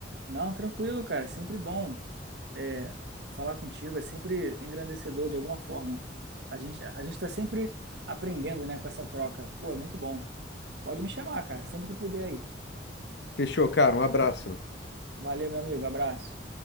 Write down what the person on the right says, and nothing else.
Não, tranquilo, cara, é sempre bom é, falar contigo, é sempre engrandecedor de alguma forma. A gente, a gente tá sempre aprendendo, né, com essa troca. Pô, é muito bom. Pode me chamar, cara, sempre que puder aí.
Valeu, meu amigo, abraço.